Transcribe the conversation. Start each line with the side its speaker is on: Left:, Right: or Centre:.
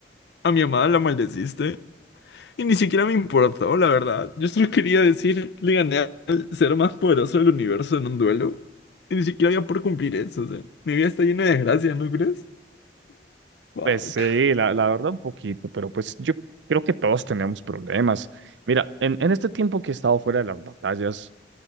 Left: A mi amada la maldeciste. Y ni siquiera me importó, la verdad. Yo solo quería decir, le gané al ser más poderoso del universo en un duelo. Y ni siquiera había por cumplir eso, o sea, mi vida está llena de desgracias, ¿no crees? Fuck.
Right: Pues sí, la, la verdad un poquito, pero pues yo creo que todos tenemos problemas. Mira, en, en este tiempo que he estado fuera de las batallas,